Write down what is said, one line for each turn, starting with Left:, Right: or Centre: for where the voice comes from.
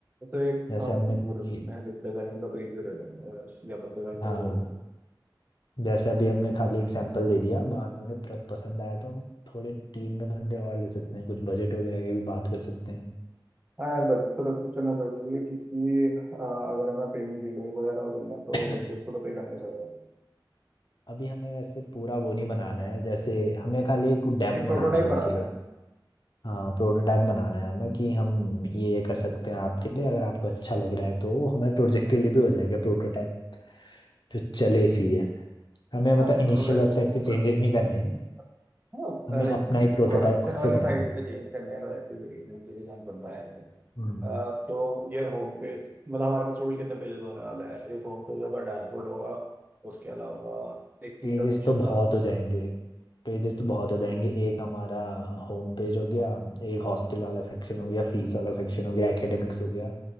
Right: तो एक
Left: जैसे
Right: हम
Left: हमने कभी-
Right: वो दे सकते हैं एक डिजाइन का प्रीव्यू दे देंगे अगर या तो डिजाइन का
Left: हाँ
Right: भी दे देंगे
Left: जैसे अभी हमने खाली एक सैंपल दे दिया बाद में उन्हें प्र- पसंद आया तो हम थोड़े टीम में बंदे और ले सकते हैं कुछ बजट वगैरह की भी बात कर सकते हैं
Right: हाँ यार बजट तो डिस्कस करना जरूरी है क्योंकि अ, अगर हमें पेमेंट गेटवे वगैरह हो करना है तो
Left: <clears throat>
Right: वेंडर्स को तो पे करना ही पड़ेगा
Left: अभी हमें वैसे पूरा वो नहीं बनाना है जैसे हमें खाली एक डेमो
Right: एक प्रोटोटाइप
Left: बनाना है उनके
Right: बनाना
Left: लिए
Right: है
Left: हाँ प्रोटोटाइप बनाना है हमें कि हम ये ये कर सकते हैं आपके लिए अगर आपको अच्छा लग रहा है तो वो हमारे प्रोजेक्ट के लिए भी हो जाएगा प्रोटोटाइप जो चले सीधे हमें मतलब
Right: हाँ
Left: इनिशियल
Right: प्रोटोटाइप
Left: वेबसाइट
Right: बोलते हैं
Left: पे चेंजेस
Right: prototype।
Left: नहीं करने हैं
Right: हाँ
Left: हमें
Right: लाइक
Left: अपना एक प्रोटोटाइप
Right: प्रोडक्शन
Left: खुद
Right: वाली
Left: से बनाना
Right: साइड पे चेंज करने का रहती है नहीं से डिजाइन बन रहा है
Left: है
Right: आ, तो ये होम पेज मतलब हमारे पास थोड़ी कितने पेजेस होने वाले हैं एक होम पेज होगा डैशबोर्ड होगा उसके अलावा एक फी
Left: पेजेस
Right: का सेक्शन
Left: तो बहुत
Right: था
Left: हो जाएंगे पेजेस तो बहुत हो जाएंगे एक हमारा होम पेज हो गया एक हॉस्टल वाला सेक्शन हो गया फीस वाला सेक्शन हो गया एकेडमिक्स हो गया